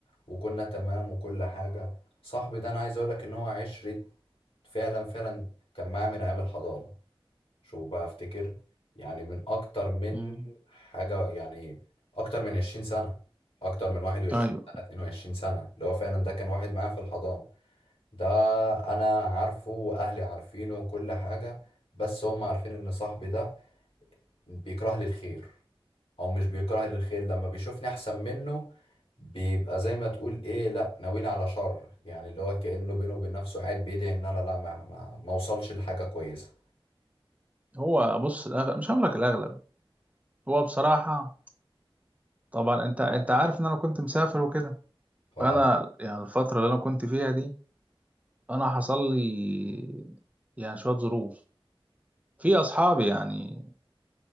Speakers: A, on the left (about 80°); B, on the right (about 15°).
A: وكنا تمام وكل حاجة صاحبي ده انا عايز اقول لك ان هو عشرة فعلا فعلا كان معايا من ايام الحضانة شوف بقى افتكر يعني من اكتر من
B: مم.
A: حاجة يعني اكتر من 20 سنة اكتر من 21
B: ايوه
A: سنة 22 سنة اللي هو فعلا ده كان واحد معايا في الحضانة ده انا عارفه واهلي عارفينه وكل حاجة بس هم عارفين ان صاحبي ده بيكره لي الخير او مش بيكره لي الخير لما بيشوفني احسن منه بيبقى زي ما تقول ايه لا ناويني على شر يعني اللي هو كأنه بينه وبين نفسه قاعد بيدعي ان انا لا ما ما, ما اوصلش لحاجة كويسة
B: هو بص الأغلب مش هقول لك الأغلب هو بصراحة طبعا أنت أنت عارف إن أنا كنت مسافر وكده
A: اه
B: أنا يعني الفترة اللي أنا كنت فيها دي أنا حصل لي يعني شوية ظروف في أصحابي يعني